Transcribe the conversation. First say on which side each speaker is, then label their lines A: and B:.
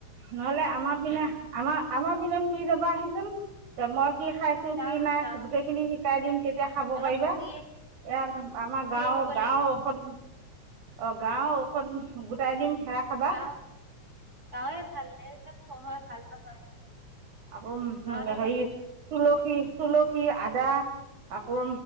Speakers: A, on the right; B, on the right.
A: নহলে আমাৰ পিনা আমাৰ আমাৰ পিনা ফুই যাবা আহিচোন। চামচ কি খাইছো
B: যাম
A: কি নাই
B: যাম
A: গোটেইখিনি শিকাই দিম তেতিয়া খাব
B: অলপ
A: পাৰিবা
B: ফুৰি
A: ইয়া আমাৰ
B: ফুৰি
A: গাঁৱৰ
B: আহিব
A: গাঁৱৰ
B: লাগিব
A: ঔষধ অ গাও ঔষধ গোটাই দিম। সেয়া খাবা
B: বাহ ত ভালে এইবিলাক চহৰ ভাল নহয়।
A: আকৌ
B: গাঁৱতে
A: হেৰি
B: ভাল লাগে থাকি
A: তুলসী তুলসী আদা আকৌ